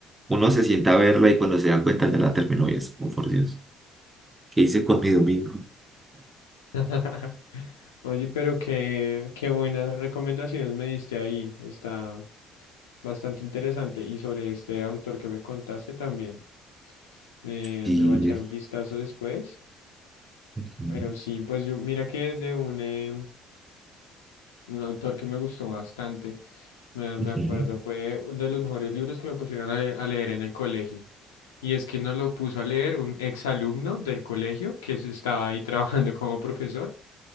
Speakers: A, on the right; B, on the left.
A: uno se sienta a verla y cuando se da cuenta ya la terminó y es como, por Dios, ¿qué hice con mi domingo?
B: <laughs> Oye, pero qué, qué buenas recomendaciones me diste ahí. Está bastante interesante. Y sobre este autor que me contaste también. Me,
A: Y...
B: le voy a echar
A: eh,
B: un vistazo después.
A: ujú,
B: Pero sí, pues yo, mira que de un, eh, un autor que me gustó bastante, me, me
A: ujú,
B: acuerdo, fue de los mejores libros que me pusieron a, le- a leer en el colegio. Y es que nos lo puso a leer un exalumno del colegio que se estaba ahí <laughs> trabajando como profesor.